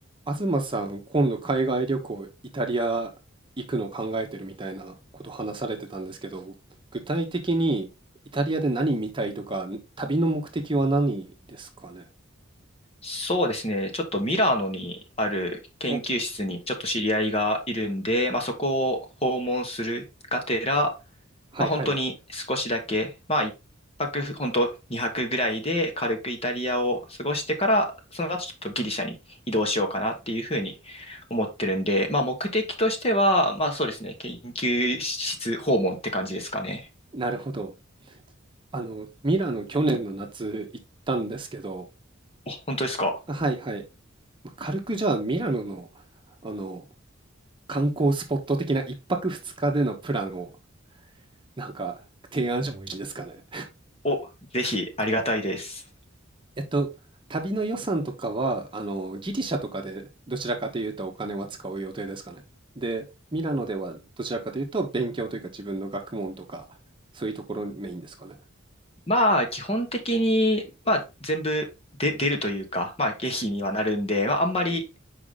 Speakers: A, on the right; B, on the left.
A: 東さん、今度海外旅行、イタリア行くの考えてるみたいなこと話されてたんですけど、具体的にイタリアで何見たいとか、旅の目的は何ですかね。
B: そうですね。ちょっとミラノにある研究室にちょっと知り合いがいるんで、
A: お、
B: まあ、そこを訪問するがてら、
A: はいはい。
B: まあ、本当に少しだけ、まあ、一泊、本当2泊ぐらいで軽くイタリアを過ごしてから、その後ちょっとギリシャに移動しようかなっていうふうに思ってるんで、まあ、目的としては、まあ、そうですね。研究室訪問って感じですかね。
A: なるほど。あの、ミラノ去年の夏行ったんですけど、
B: お、本当ですか。
A: はいはい。ま軽くじゃあミラノの、あの、観光スポット的な一泊二日でのプランをなんか提案してもいいですかね。
B: お、ぜひありがたいです。
A: えっと、旅の予算とかは、あの、ギリシャとかでどちらかというとお金は使う予定ですかね。で、ミラノではどちらかというと勉強というか自分の学問とか、そういうところメインですかね。
B: まあ、基本的に、まあ、全部で出るというか、まあ、経費にはなるんで、まあ、あんまり